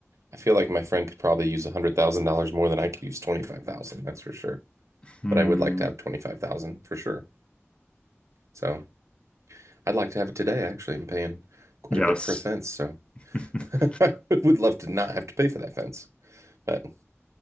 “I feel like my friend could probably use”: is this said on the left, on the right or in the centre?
Right